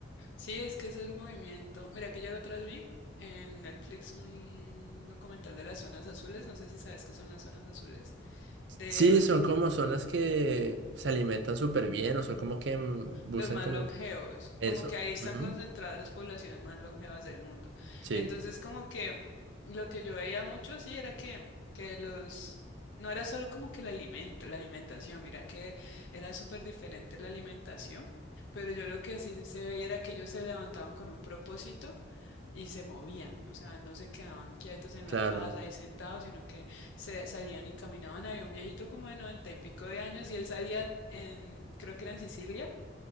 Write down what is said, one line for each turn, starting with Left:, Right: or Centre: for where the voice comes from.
Left: Sí, es que ese es el movimiento. Mira que yo la otra vez vi en Netflix un documental de las zonas azules, no sé si sabes qué son las zonas azules, de
Right: Sí, son como zonas que se alimentan súper bien o son como que mm, buscan
Left: Los más
Right: como
Left: longevos,
Right: que eso.
Left: como que ahí están
Right: Ujú.
Left: concentradas las poblaciones más longevas del mundo.
Right: Sí,
Left: Entonces, como que lo que yo veía mucho, sí, era que, que los, no era solo como que el alimento, la alimentación, mira que era súper diferente la alimentación, pero yo lo que sí se veía era que ellos se levantaban con un propósito y se movían, o sea, no se quedaban quietos en
Right: claro,
Left: la casa ahí sentados, sino que se salían y caminaban. Había un viejito como de noventa y pico de años y él salía en, creo que era en Sicilia